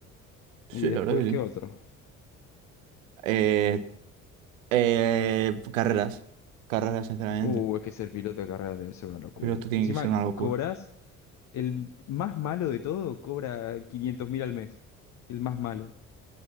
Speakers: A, on the right; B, on the left.
A: Sí,
B: Y después,
A: la verdad que
B: ¿qué
A: sí.
B: otro?
A: Eh, eh, carreras, carreras, sinceramente.
B: Uh, es que ser piloto de carreras debe ser una locura.
A: Pero esto tiene
B: Encima,
A: que ser una locura.
B: cobras, el más malo de todo cobra 500 mil al mes. El más malo.